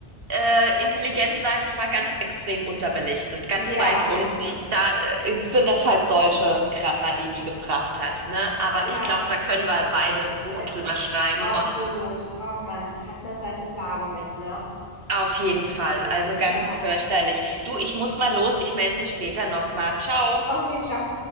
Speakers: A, on the right; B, on the left.
A: äh, Intelligenz, sage ich mal, ganz extrem unterbelichtet, ganz
B: Ja,
A: weit unten. Da äh, sind das halt solche Kracher, die die gebracht hat, ne? Aber
B: ja,
A: ich glaube, da können wir beide ein Buch
B: da
A: drüber schreiben
B: Absolut.
A: und
B: Oh Mann, hat man seine Plage mit, ne?
A: auf jeden Fall. Also ganz
B: Ja.
A: fürchterlich. Du, ich muss mal los. Ich melde mich später nochmal. Ciao.
B: Okay, ciao.